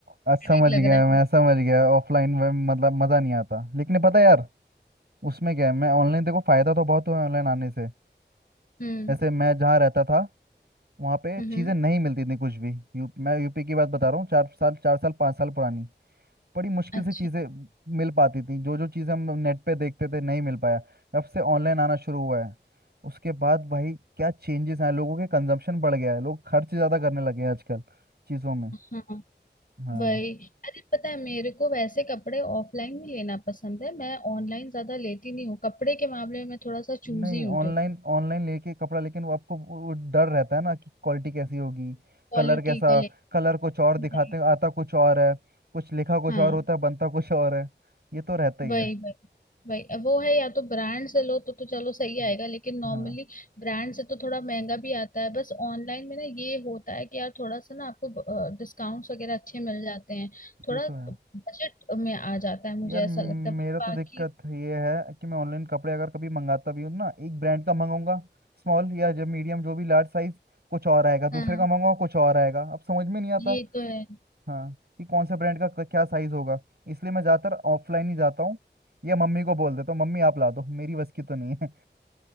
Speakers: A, on the right; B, on the left.
A: अ,
B: हेडेक
A: समझ गया
B: लग रहा
A: मैं
B: है
A: समझ गया ऑफलाइन में मतलब मज़ा नहीं आता लेकिन पता है यार उसमें क्या है मैं ऑनलाइन देखो फ़ायदा तो बहुत हुआ है ऑनलाइन आने से
B: हम्म
A: जैसे मैं जहाँ रहता था वहाँ पे
B: हम्म
A: चीज़ें नहीं मिलती थी कुछ भी यू मैं यूपी की बात बता रहा हूँ चार साल चार साल पाँच साल पुरानी बड़ी मुश्किल
B: अच्छा
A: से चीज़ें मिल पाती थी जो जो चीज़ें हम नेट पे देखते थे नहीं मिल पाया जब से ऑनलाइन आना शुरू हुआ है उसके बाद भाई क्या चेंजेस आए लोगों के कंजम्पशन बढ़ गया है लोग खर्च ज़्यादा करने लगे हैं आजकल चीज़ों में
B: हाँ
A: हाँ
B: वही अरे पता है मेरे को वैसे कपड़े ऑफलाइन नहीं लेना पसंद है मैं ऑनलाइन ज्यादा लेती नहीं हूँ कपड़े के मामले में मैं थोड़ा सा चूजी
A: नहीं
B: हूँ क्योंकि
A: ऑनलाइन ऑनलाइन लेके कपड़ा लेकिन वो आपको वो वो डर रहता है ना कि क्वालिटी कैसी होगी
B: क्वालिटी
A: कलर कैसा
B: को ले
A: कलर कुछ और दिखाते
B: वही
A: हैं आता कुछ और है कुछ लिखा कुछ
B: हाँ
A: और होता है बनता कुछ और है ये तो रहता ही
B: वही
A: है
B: वही वही अब वो है या तो ब्रांड से लो तो तो चलो सही
A: हम्म,
B: आएगा लेकिन नॉर्मली
A: हाँ
B: ब्रांड से तो थोड़ा महंगा भी आता है बस ऑनलाइन में ना ये होता है कि यार थोड़ा सा ना आपको डिस्काउंट्स वगैरह अच्छे मिल जाते हैं थोड़ा
A: ये तो है
B: बजट में आ जाता है मुझे
A: यार मेरा
B: ऐसा लगता है बस
A: तो
B: बाकी
A: दिक्कत ये है कि मैं ऑनलाइन कपड़े अगर कभी मंगाता भी हूँ तो ना एक ब्रांड का मंगाऊंगा स्मॉल या जब मीडियम जो भी लार्ज साइज कुछ और आएगा दूसरे
B: हाँ
A: का मंगाऊंगा कुछ और आएगा अब समझ में नहीं आता
B: ये तो है
A: हाँ कि कौन से ब्रांड का क- क्या साइज होगा इसलिए मैं ज़्यादातर ऑफलाइन ही जाता हूँ या मम्मी को बोल देता हूँ मम्मी आप ला दो मेरी बस की तो नहीं है